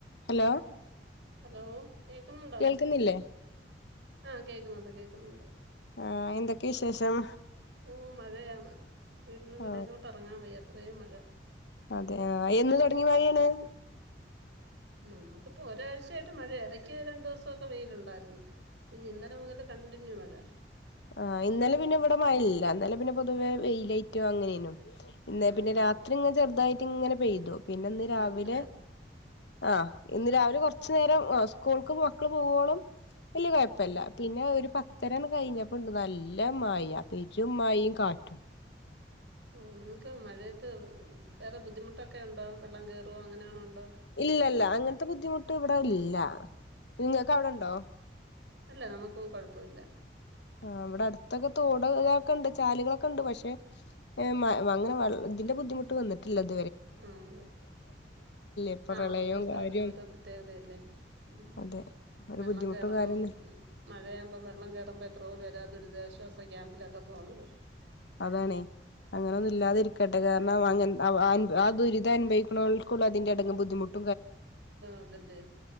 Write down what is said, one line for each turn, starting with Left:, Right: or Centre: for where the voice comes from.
Left: Hello
Right: hello കേക്കുന്നുണ്ടോ?
Left: കേൾക്കുന്നില്ലേ
Right: ആഹ് കേക്ക്ന്നൊണ്ട് കേക്ക്ന്നൊണ്ട്
Left: ആഹ് എന്തെക്കെ വിശേഷം
Right: ഓ മഴെയാണ് വീട്ട്ന് വെളീലോട്ടെറങ്ങാൻ
Left: ആ
Right: വയ്യ ത്രേം മഴ
Left: അതെ ആഹ് എന്ന് തൊടങ്ങിയ മഴയാണ്?
Right: നമ്മക്കിപ്പോ ഒരാഴ്ച്ചയായിട്ട് മഴയാ എടക്ക് രണ്ടൂസൊക്ക വെയിലൊണ്ടാര്ന്നു. പിന്നിന്നലെ മുതൽ കണ്ടിന്യൂ മഴ
Left: ആഹ് ഇന്നലെ പിന്നെ ഇവിടെ മയയില്ല ഇന്നലെ പിന്നെ പൊതുവേ വെയിലായിറ്റും അങ്ങനെയ്നും ഇന്നെ
Right: ആ
Left: പിന്നെ
Right: ആ
Left: രാത്രിങ്ങ് ചെറ്തായി റ്റിങ്ങന പെയ്തു പിന്നെന്ന് രാവിലെ
Right: നമുക്ക് രാ
Left: ആഹ് ഇന്ന് രാവിലെ കൊറച്ചു നേരം ആഹ് ഉസ്ക്കൂൾക്ക് മക്കള് പോവോളം വല്യ കൊഴപ്പയില്ല പിന്നെ ഒരു പത്തരൊന്ന് കഴിഞ്ഞ പ്പോണ്ട് നല്ല മയ, പെരും മയും കാറ്റും
Right: ഓ നിങ്ങ്ക്ക് മഴേത്ത് വേറെ ബുദ്ധിമുട്ടൊക്കെ ഒണ്ടോ, വെള്ളം കെറോ അങ്ങനെയാണൊണ്ടോ?
Left: ഇല്ലല്ല അങ്ങനത്തെ ബുദ്ധിമുട്ട് ഇവട ഇല്ല നിങ്ങക്ക് അവടൊണ്ടോ?
Right: അല്ല നമ്മക്കും കൊഴപ്പൊല്ല
Left: ആ ഇവടെ അടുത്തൊക്കെ തോട് ഇതാക്കണ്ട് ചാല്കളക്കണ്ട് പക്ഷെ ഏഹ് മ അങ്ങന വെള് ഇതിന്റ ബുദ്ധിമുട്ട് വന്നിട്ടില്ല ഇത്
Right: ഉം
Left: ഇപ്പൊ
Right: ആഹ്
Left: പ്രളയവും
Right: ഓരോ സ്ഥലത്തിനും
Left: കാര്യവും
Right: ഓരോ പ്രത്യേകതയല്ലേ ഉം
Left: അതെ ഒരു
Right: വെള്ളം
Left: ബുദ്ധിമുട്ടും
Right: കേറമ്പോം
Left: കാര്യൊന്നും
Right: മഴെയാവുമ്പം വെള്ളം കേറുമ്പ എത്രോ പേ ദുരിദാശ്വാസ ക്യാമ്പിലക്ക പോന്നത്
Left: അതാണ് അങ്ങനൊന്നും ഇല്ലാതെരിക്കട്ടെ കാരണം അങ്ങനെ - ആ ദുരിതം അനുഭവഇക്കുന്നവർക്ക് അതിന്റെ ബുദ്ധിമുട്ട് അറിയാൻ പറ്റുവ
Right: അതല്ലേ